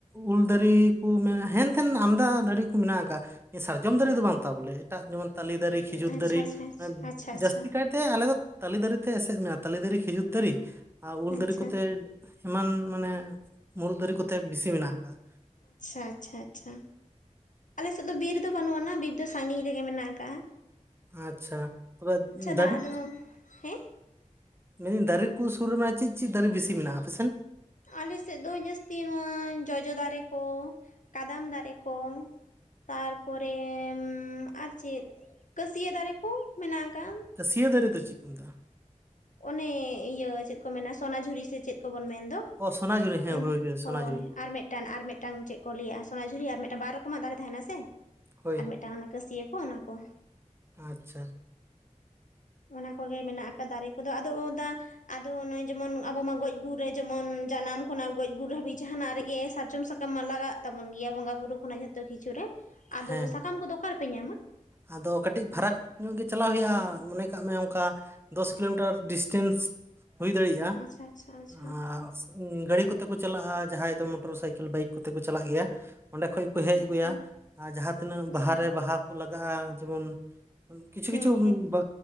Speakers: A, on the right; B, on the left.
A: ᱩᱞ ᱫᱟᱹᱨᱤ ᱠᱚ ᱢᱮᱱ ᱦᱮᱱᱛᱷᱮᱱ ᱟᱢᱫᱟ ᱫᱟᱨᱮ ᱠᱚ ᱢᱮᱱᱟᱜ ᱠᱟᱜᱟ᱾ ᱥᱟᱨᱡᱚᱢ ᱫᱟᱨᱮ ᱫᱚ ᱵᱟᱝ ᱛᱟ ᱵᱚᱞᱮ ᱮᱴᱟᱜ ᱡᱮᱢᱚᱱ ᱛᱟᱞᱮ ᱫᱟᱨᱮ, ᱠᱷᱤᱡᱩᱨ
B: ᱟᱪᱪᱷᱟ
A: ᱫᱟᱨᱮ,
B: ᱟᱪᱪᱷᱟ ᱟᱪᱪᱷᱟ
A: ᱢᱟᱱᱮ
B: ᱟᱪᱪᱷᱟ
A: ᱡᱟᱹᱥᱛᱤ ᱠᱟᱭ ᱛᱮ ᱟᱞᱮ ᱫᱚ ᱛᱟᱞᱮ ᱫᱟᱨᱮᱛᱮ ᱮᱥᱮᱫ ᱢᱮᱱᱟᱜ-ᱟ ᱛᱟᱞᱮ ᱫᱟᱨᱮ, ᱠᱷᱤᱡᱩᱨ ᱫᱟᱨᱮ, ᱟᱨ ᱩᱞ
B: ᱟᱪᱪᱷᱟ
A: ᱫᱟᱨᱮ ᱠᱚᱛᱮ ᱮᱢᱟᱱ ᱢᱟᱱᱮ ᱢᱩᱨᱩᱫ ᱫᱟᱨᱮ ᱠᱚᱛᱮ ᱵᱮᱥᱤ ᱢᱮᱱᱟᱜ ᱟᱠᱟᱫᱟ᱾
B: ᱟᱪᱪᱷᱟ ᱟᱪᱪᱷᱟ ᱟᱪᱪᱷᱟ ᱟᱞᱮ ᱥᱮᱫ ᱫᱚ ᱵᱤᱨ ᱫᱚ ᱵᱟᱹᱱᱩᱜ ᱟᱱᱟ ᱵᱤᱨ ᱫᱚ ᱥᱟᱹᱜᱤᱧ ᱨᱮᱜᱮ ᱢᱮᱱᱟᱜ ᱠᱟᱜᱟ᱾
A: ᱟᱪᱪᱷᱟ ᱛᱚᱵᱮ ᱫᱟᱹᱨᱤ
B: ᱫᱟ ᱟᱫᱚ
A: <unintelligible>
B: ᱦᱮᱸ
A: ᱢᱮᱱᱮ ᱫᱤᱧ ᱫᱟᱨᱮ ᱠᱩ ᱥᱩᱨ ᱨᱮ ᱢᱮᱱᱟᱜ-ᱟ ᱪᱮᱫ ᱪᱮᱫ ᱫᱟᱨᱮ ᱵᱤᱥᱤ ᱢᱮᱱᱟᱜ-ᱟ ᱟᱯᱮ ᱥᱮᱱ?
B: ᱟᱞᱮ ᱥᱮᱫ ᱫᱚ ᱡᱟᱹᱥᱛᱤ ᱱᱚᱣᱟ ᱡᱚᱡᱚ ᱫᱟᱨᱮ ᱠᱚ, ᱠᱟᱫᱟᱢ ᱫᱟᱨᱮ ᱠᱚ ᱛᱟᱨᱯᱚᱨᱮ ᱟᱨ ᱪᱮᱫ ᱠᱟᱹᱥᱭᱟᱹ ᱫᱟᱨᱮ ᱠᱚ ᱢᱮᱱᱟᱜ ᱠᱟᱜᱟ᱾
A: ᱠᱟᱹᱥᱭᱟᱹ ᱫᱟᱨᱮ ᱫᱚ ᱪᱮᱫ ᱠᱚ ᱢᱮᱛᱟᱜ-ᱟ?
B: ᱚᱱᱮ ᱤᱭᱟᱹ ᱪᱮᱫ ᱠᱚ ᱢᱮᱱᱟ ᱥᱚᱱᱟᱡᱷᱩᱨᱤ ᱥᱮ ᱪᱮᱫ ᱠᱚᱵᱚᱱ ᱢᱮᱱ ᱫᱚ
A: ᱚ ᱥᱚᱱᱟᱡᱷᱩᱨᱤ ᱦᱮᱸ
B: ᱚᱱᱟ
A: ᱦᱳᱭ ᱥᱚᱱᱟᱡᱷᱩᱨᱤ
B: ᱦᱳᱭ ᱟᱨ ᱢᱮᱫ ᱴᱟᱱ ᱟᱨ ᱢᱮᱫ ᱴᱟᱝ ᱪᱮᱫ ᱠᱚ ᱞᱟᱹᱭᱟ ᱥᱚᱱᱟᱡᱷᱩᱨᱤ ᱟᱨ ᱢᱮᱫᱴᱟᱝ ᱵᱟᱨ ᱨᱚᱠᱚᱢᱟᱜ ᱫᱟᱨᱮ ᱛᱟᱦᱮᱱᱟ ᱥᱮ
A: ᱦᱳᱭ
B: ᱟᱨ ᱢᱮᱫᱴᱟᱝ ᱚᱱᱟ ᱠᱟᱹᱥᱭᱟᱹ ᱠᱚ ᱚᱱᱟ ᱠᱚ
A: ᱟᱪᱪᱷᱟ᱾
B: ᱚᱱᱟ ᱠᱚᱜᱮ ᱢᱮᱱᱟᱜ ᱟᱠᱟᱫ ᱫᱟᱨᱮ ᱠᱚᱫᱚ ᱟᱫᱚ ᱫᱟ ᱟᱫᱚ ᱱᱚᱜᱚᱭ ᱡᱮᱢᱚᱱ, ᱟᱵᱚᱢ ᱢᱟ ᱜᱚᱡ ᱜᱩᱨ ᱨᱮ ᱡᱮᱢᱚᱱ, ᱡᱟᱱᱟᱢ ᱠᱷᱚᱱᱟᱜ ᱜᱚᱡ ᱜᱩᱨ ᱦᱟᱹᱵᱤᱡ ᱡᱟᱦᱟᱱᱟᱜ ᱨᱮᱜᱮ ᱥᱟᱨᱡᱚᱢ ᱥᱟᱠᱟᱢ ᱥᱟᱠᱟᱢ ᱢᱟ ᱞᱟᱜᱟᱜ ᱛᱟᱵᱚᱱ ᱜᱮᱭᱟ ᱵᱚᱸᱜᱟ ᱵᱩᱨᱩ ᱠᱷᱚᱱᱟᱜ ᱡᱷᱚᱛᱚ ᱠᱤᱪᱷᱩ ᱨᱮ ᱟᱫᱚ
A: ᱦᱮᱸ
B: ᱥᱟᱠᱟᱢ ᱠᱚᱫᱚ ᱚᱠᱟ ᱨᱮᱯᱮ ᱧᱟᱢᱟ?
A: ᱟᱫᱚ ᱠᱟᱹᱴᱤᱡ ᱯᱷᱟᱨᱟᱠ ᱧᱚᱜ ᱜᱮ ᱪᱟᱞᱟᱣ ᱦᱳᱭᱳᱜᱼᱟ᱾ ᱢᱚᱱᱮ ᱠᱟᱜ ᱢᱮ ᱚᱝᱠᱟ ᱫᱚᱥ ᱠᱤᱞᱳᱢᱤᱴᱟᱨ ᱰᱤᱥᱴᱮᱱᱥ ᱦᱩᱭ ᱫᱟᱲᱮᱭᱟᱜᱼᱟ᱾
B: ᱟᱪᱪᱷᱟ ᱟᱪᱪᱷᱟ ᱟᱪᱪᱷᱟ
A: ᱟᱸᱸ ᱜᱟᱹᱲᱤ ᱠᱚᱛᱮ ᱠᱚ ᱪᱟᱞᱟᱜᱼᱟ᱾ ᱡᱟᱦᱟᱸᱭ ᱫᱚ ᱢᱚᱴᱚᱨ ᱥᱟᱭᱠᱮᱞ ᱵᱟᱭᱤᱠ ᱠᱚᱛᱮ ᱠᱚ ᱪᱟᱞᱟᱜ ᱜᱮᱭᱟ, ᱚᱸᱰᱮ ᱠᱷᱚᱡ ᱦᱮᱡ
B: ᱟᱪᱪᱷᱟ
A: ᱟᱹᱜᱩᱭᱟ ᱟᱨ ᱡᱟᱦᱟᱸ ᱛᱤᱱᱟᱹᱜ
B: ᱟᱪᱪᱷᱟ
A: ᱵᱟᱦᱟᱨᱮ ᱵᱟᱦᱟ ᱠᱩ ᱞᱟᱜᱟᱜᱼᱟ᱾ ᱡᱮᱢᱚᱱ ᱠᱤᱪᱷᱩ
B: ᱦᱮᱸ
A: ᱠᱤᱪᱷᱩ
B: ᱦᱮᱸ
A: ᱵᱟ